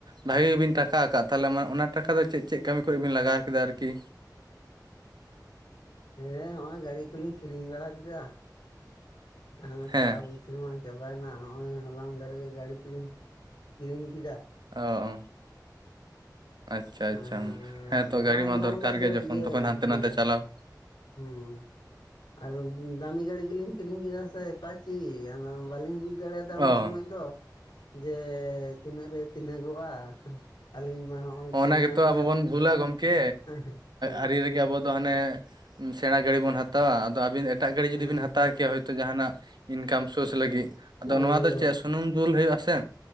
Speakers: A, on the right; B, on the left.
A: ᱵᱷᱟᱹᱜᱤ ᱜᱮᱵᱤᱱ ᱴᱟᱠᱟ ᱠᱟᱜᱼᱟ ᱛᱟᱞᱦᱮ ᱢᱟ ᱚᱱᱟ ᱴᱟᱠᱟ ᱫᱚ ᱪᱮᱫ ᱪᱮᱫ ᱠᱟᱹᱢᱤ ᱠᱚᱨᱮ ᱵᱤᱱ ᱞᱟᱜᱟᱣ ᱠᱮᱫᱟ ᱟᱨᱠᱤ?
B: ᱦᱮᱸ ᱱᱚᱜᱼᱚᱭ ᱜᱟᱰᱤ ᱠᱚᱞᱤᱧ ᱠᱤᱨᱤᱧ ᱵᱟᱲᱟ ᱠᱮᱫᱟ ᱦᱮ
A: ᱦᱮᱸ
B: ᱴᱟᱠᱟ ᱯᱚᱭ <unintelligible> ᱪᱟᱵᱟᱭᱮᱱᱟ ᱦᱚᱜᱼᱚᱭ ᱦᱚᱞᱟ ᱢᱟᱫᱷᱮᱨ ᱜᱮ ᱜᱟᱹᱲᱤ ᱠᱚᱞᱤᱧ ᱠᱤᱨᱤᱧ ᱠᱮᱫᱟ᱾
A: ᱚ ᱚ ᱟᱪᱪᱷᱟ
B: ᱟᱨ
A: ᱟᱪᱪᱷᱟ ᱦᱮᱸ
B: ᱱᱚᱜᱼᱚᱭ
A: ᱛᱚ ᱜᱟᱹᱲᱤ ᱢᱟ
B: ᱦᱚᱞᱟ
A: ᱫᱚᱠᱟᱨ
B: ᱢᱟᱫᱷᱮᱨ ᱜᱮ
A: ᱜᱮᱭᱟ ᱡᱚᱠᱷᱚᱱ
B: ᱤᱭᱟᱹ
A: ᱛᱚᱠᱷᱚᱱ
B: ᱦᱮᱸ
A: ᱦᱟᱱᱛᱮ ᱱᱟᱛᱮ ᱪᱟᱞᱟᱣ
B: ᱦᱩᱸ ᱟᱨ ᱫᱟᱢᱤ ᱜᱟᱹᱲᱤ ᱜᱮᱞᱤᱧ ᱠᱤᱨᱤᱧ ᱠᱮᱫᱟ ᱥᱮ ᱮᱯᱟᱪᱤ ᱟᱫᱚ ᱵᱟᱹᱞᱤᱧ ᱵᱩᱡᱽ ᱫᱟᱲᱮᱭᱟᱫᱟ ᱩᱱ
A: ᱚ
B: ᱥᱚᱢᱚᱭ ᱫᱚ ᱡᱮ ᱛᱤᱱᱟᱹᱜ ᱨᱮ ᱛᱤᱱᱟᱹᱜᱚᱜᱼᱟ ᱟᱹᱞᱤᱧ ᱢᱟ ᱦᱚᱸᱜᱼᱚᱭ
A: ᱦᱚᱸᱜᱼᱱᱟ
B: ᱪᱮᱝᱱᱟ
A: ᱜᱮᱛᱚ
B: ᱜᱮᱭᱟᱞᱤᱧ
A: ᱟᱵᱚ ᱵᱚᱱ ᱵᱷᱩᱞᱟ ᱜᱚᱝᱠᱮ
B: ᱦᱮᱸ ᱦᱮᱸ
A: ᱟᱨᱤ ᱨᱮ ᱟᱵᱚ ᱫᱚ ᱦᱟᱱᱮ ᱥᱮᱬᱟ ᱜᱟᱹᱰᱤ ᱵᱚᱱ ᱦᱟᱛᱟᱣᱟ ᱟᱫᱚ ᱟᱹᱵᱤᱱ ᱮ ᱮᱴᱟᱜ ᱜᱟᱹᱰᱤ ᱡᱩᱫᱤ
B: ᱦᱮᱸ
A: ᱵᱤᱱ ᱦᱟᱛᱟᱣ ᱠᱮᱭᱟ ᱡᱟᱦᱟᱱᱟᱜ ᱤᱱᱠᱟᱢ ᱥᱳᱨᱥ ᱞᱟᱹᱜᱤᱫ ᱟᱫᱚ ᱱᱚᱣᱟ
B: ᱦᱳᱭ
A: ᱫᱚ
B: ᱦᱳᱭ
A: ᱪᱮᱫ ᱥᱚ ᱥᱩᱱᱩᱢ ᱫᱩᱞ ᱦᱩᱭᱩᱜᱼᱟ ᱥᱮ